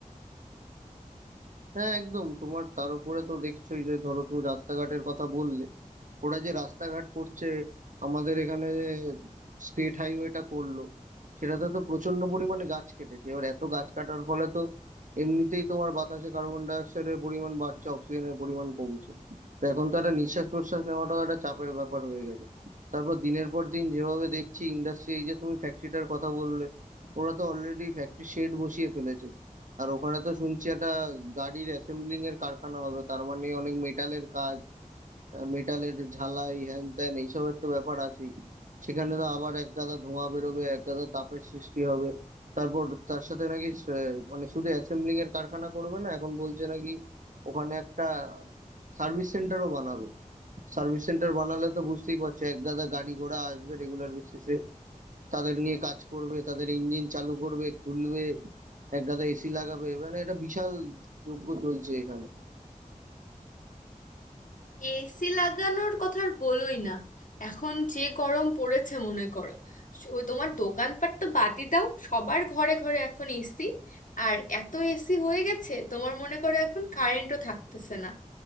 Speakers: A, on the right; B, on the left.
A: হ্যাঁ একদম তোমার তার উপরে তো দেখছোই যে ধরো তুমি রাস্তাঘাটের কথা বললে ওরা যে রাস্তাঘাট করছে আমাদের এখানে স্টেট হাইওয়েটা করলো সেটাতে তো প্রচন্ড পরিমাণে গাছ কেটেছে এবার এত গাছ কাটার ফলে তো এমনিতেই তোমার বাতাসে কার্বন ডাই অক্সাইডের পরিমাণ বাড়ছে অক্সিজেনের পরিমাণ কমছে তো এখন তো একটা নিঃশ্বাস প্রশ্বাস নেওয়াটাও একটা চাপের ব্যাপার হয়ে গেছে তারপর দিনের পর দিন যেভাবে দেখছি ইন্ডাস্ট্রি এই যে তুমি ফ্যাক্টরিটার কথা বললে ওরা তো অলরেডি ফ্যাক্টরি শেড বসিয়ে ফেলেছে আর ওখানে তো শুনছি একটা গাড়ির অ্যাসেম্বলিং এর কারখানা হবে তার মানে অনেক মেটালের কাজ মেটালের ঝালাই হ্যান ত্যান এইসবের তো ব্যাপার আছে সেখানে তো আবার এক গাদা ধোঁয়া বেরোবে এক গাদা তাপের সৃষ্টি হবে তারপর তার সাথে নাকি স- মানে শুধু অ্যাসেম্বলিং এর কারখানা করবে না এখন বলছে নাকি ওখানে একটা সার্ভিস সেন্টারও বানাবে সার্ভিস সেন্টার বানালে তো বুঝতেই পারছো এক গাদা গাড়ি ঘোড়া আসবে রেগুলার বেসিসে তাদের নিয়ে কাজ করবে তাদের ইঞ্জিন চালু করবে খুলবে এক গাদা এসি লাগাবে মানে এটা বিশাল যজ্ঞ চলছে এখানে
B: এসি লাগানোর কথা আর বলোই না এখন যে গরম পড়েছে মনে করো ওই তোমার দোকানপাট তো বাদই দাও সবার ঘরে ঘরে এখন এসি আর এত এসি হয়ে গেছে তোমার মনে করো এখন কারেন্টও থাকতেছে না